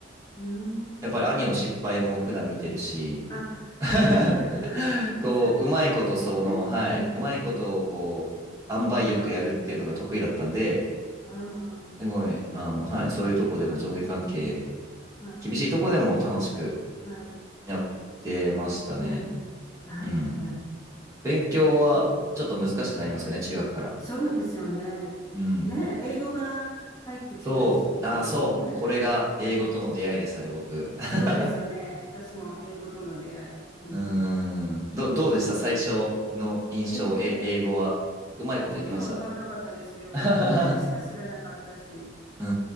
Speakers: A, on the left; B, on the right.
A: うーん。
B: やっぱり兄の失敗も普段見てるし、
A: あ、なるほど。
B: <laughs>
A: <laughs> お兄さんのそれよね。
B: こう、うまいことその、はい、
A: うん。
B: うまいことをこう、塩梅よくやるっていうのが得意だったんで、
A: ああ、
B: すごい、あの、はい、そういうとこでも上下関係、
A: はい、はい、
B: 厳しいとこでも楽しく
A: はい。
B: やってましたね。
A: うん。ああ、
B: うん。
A: よかったです。
B: 勉強はちょっと難しくなりますよね、
A: うん、うん。
B: 中学から。
A: そうですよね。
B: うん。
A: ねえ、英語が入ってきたし、
B: そう、ああ、そう、
A: ねえ。
B: これが英語との出会いでしたね、僕。<laughs>
A: そうですよね。私も英語との出会い。うん、
B: うーん。ど、どうでした最初の印象、
A: うん。ええ、
B: え、英語は。うまいこといきました
A: わけわかんなかったですよ。
B: <laughs>
A: ローマ字しか知らなかったし。
B: うー